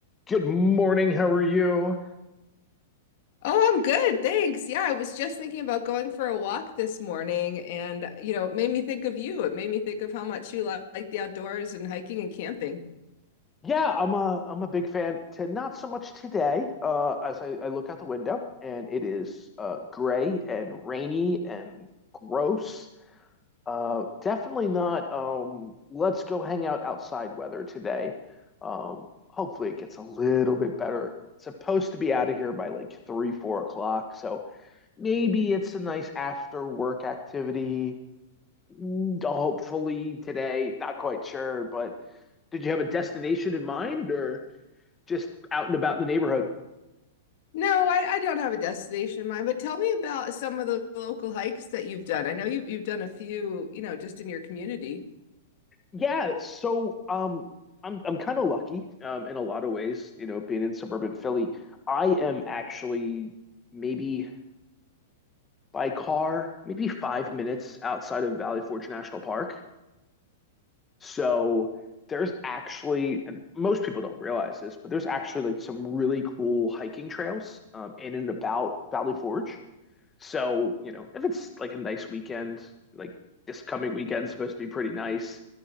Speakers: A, on the left (about 15°); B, on the left (about 55°).
A: Good morning. How are you?
B: Oh, I'm good. Thanks. Yeah, I was just thinking about going for a walk this morning and, you know, it made me think of you. It made me think of how much you li- like the outdoors and hiking and camping.
A: Yeah, I'm a I'm a big fan to not so much today, uh, as I, I look out the window and it is uh, gray and rainy and gross. Uh, definitely not um, let's go hang out outside weather today. Um, hopefully it gets a little bit better. It's supposed to be out of here by like three, four o'clock, so maybe it's a nice after work activity. Mm, Hopefully today, not quite sure, but. Did you have a destination in mind or just out and about in the neighborhood?
B: No, I, I don't have a destination in mind, but tell me about some of the local hikes that you've done. I know you, have you've done a few, you know, just in your community.
A: Yeah, so um I'm I'm kind of lucky um in a lot of ways, you know, being in suburban Philly. I am actually maybe by car, maybe 5 minutes outside of Valley Forge National Park. So there's actually, and most people don't realize this, but there's actually like some really cool hiking trails um, in and about Valley Forge. So, you know, if it's like a nice weekend, like this coming weekend's supposed to be pretty nice,